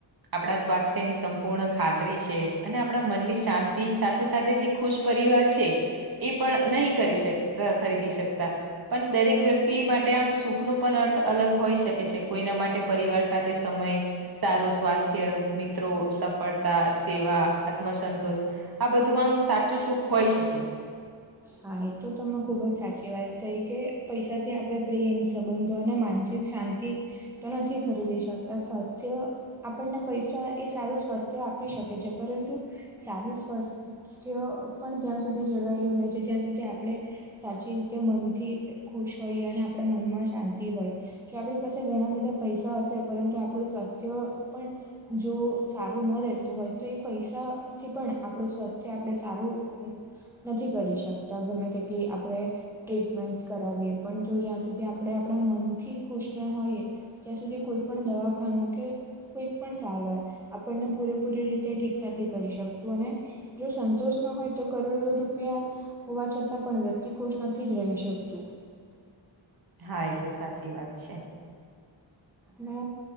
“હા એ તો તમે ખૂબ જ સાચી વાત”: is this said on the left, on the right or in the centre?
Centre